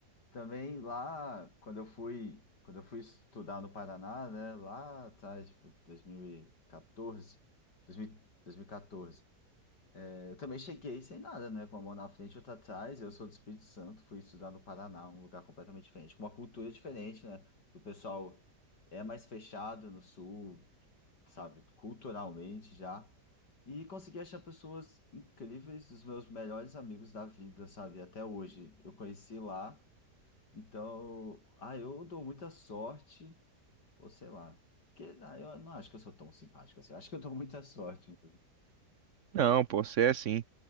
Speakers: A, on the left; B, on the right.
A: Também lá, quando eu fui, quando eu fui estudar no Paraná, né, lá atrás, tipo, 2014, 2000, 2014, eh, eu também cheguei sem nada, né, com uma mão na frente e outra atrás. Eu sou do Espírito Santo, fui estudar no Paraná, um lugar completamente diferente, com uma cultura diferente, né? O pessoal é mais fechado no sul, sabe, culturalmente já. E consegui achar pessoas incríveis, os meus melhores amigos da vida, sabe, até hoje. Eu conheci lá. Então, ah, eu dou muita sorte, ou sei lá. Porque, ah, eu não acho que eu sou tão simpático assim. eu Acho que eu dou muita sorte.
B: Não, pô, você é assim.